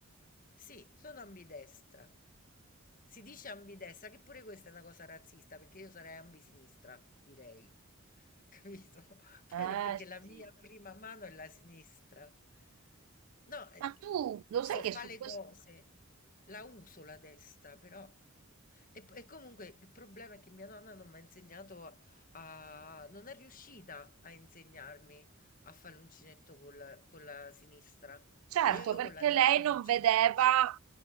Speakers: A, on the left (about 40°); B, on the right (about 80°).
A: Sì, sono ambidestra. Si dice ambidestra, che pure questa è una cosa razzista, perché io sarei ambisinistra, direi. Capito? <laughs>
B: Eh
A: Per- perché la
B: sì.
A: mia prima mano è la sinistra. No, eh,
B: Ma tu lo
A: so
B: sai che
A: fare
B: su
A: le
B: questo
A: cose, la uso la destra, però e, e comunque il problema è che mia nonna non mi ha insegnato a... non è riuscita a insegnarmi a fare l'uncinetto col- con la sinistra
B: Certo,
A: e io
B: perché
A: con la destra
B: lei non
A: non ci
B: vedeva,
A: sono mai riuscita.